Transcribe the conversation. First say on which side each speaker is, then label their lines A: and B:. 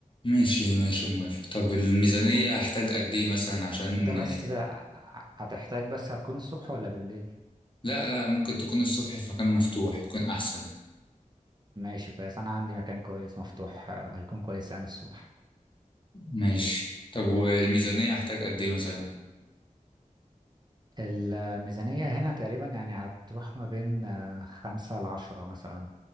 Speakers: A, on the left; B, on the right.
A: ماشي ماشي موافق طب الميزانية
B: اه
A: هحتاج قد ايه مثلا عشان
B: انت بس ه- هتحتاج بس هتكون الصبح ولا بالليل
A: لا لا ممكن تكون الصبح في مكان مفتوح يكون احسن
B: ماشي كويس انا عندي مكان كويس مفتوح آه، هيكون كويس يعني الصبح
A: ماشي طب والميزانية هحتاج قد ايه مثلا
B: الميزانية هنا تقريبا يعني هتروح ما بين آه، خمسة لعشرة مثلا